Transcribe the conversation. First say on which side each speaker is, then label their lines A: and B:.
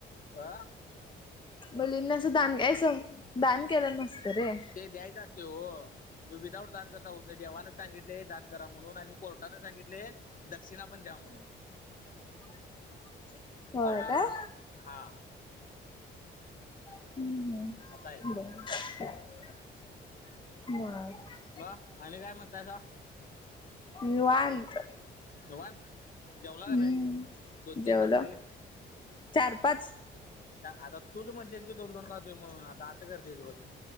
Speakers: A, on the left; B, on the left.
A: आ.
B: मुलींना अस दान येस दान केल नसतरे.
A: ते द्यायच असते हो. विदाऊट दान करता होत नाही, देवान सांगितलय दान करा म्हणून आणि कोर्टानं सांगितले दक्षिणा पण द्या म्हणून.
B: <inaudible> होय
A: कळल
B: काय
A: का हा.
B: हम्म हम्
A: असं आहे ते
B: ब बर <unintelligible>
A: म आणि काय म्हणता सा?
B: निवांत.
A: निवांत जेवला
B: हम्म
A: का नाही, दोन
B: जेवलो
A: तीन भाकरी
B: चार, पाच
A: आता तूच म्हटलीस की दोन दोन खातोय म्हणून आता असं करतीस व्हयं.